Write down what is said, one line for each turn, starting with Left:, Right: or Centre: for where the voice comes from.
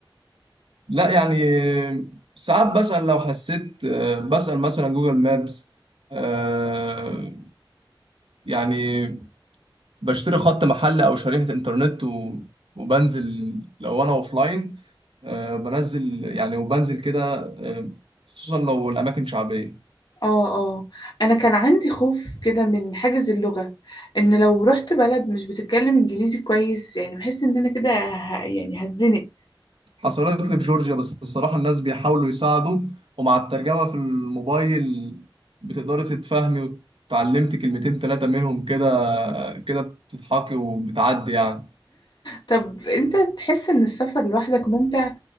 Right: لا يعني ساعات بسأل لو حسيت آه، بسأل مثلا جوجل مابس آه، يعني بشتري خط محل أو شريحة إنترنت و- وبنزل لو أنا أوفلاين آه، بنزل يعني وبنزل كده آه، خصوصا لو الأماكن شعبية
Left: اه اه انا كان عندي خوف كده من حاجز اللغة ان لو رحت بلد مش بتتكلم انجليزي كويس يعني بحس ان انا كده ه- يعني هتزنق
Right: حصلت لي في جورجيا بس الصراحة الناس بيحاولوا يساعدوا ومع الترجمة في الموبايل بتقدري تتفهمي وتعلمت كلمتين تلاتة منهم كده آه، كده بتضحكي وبتعدي يعني
Left: طب انت تحس ان السفر لوحدك ممتع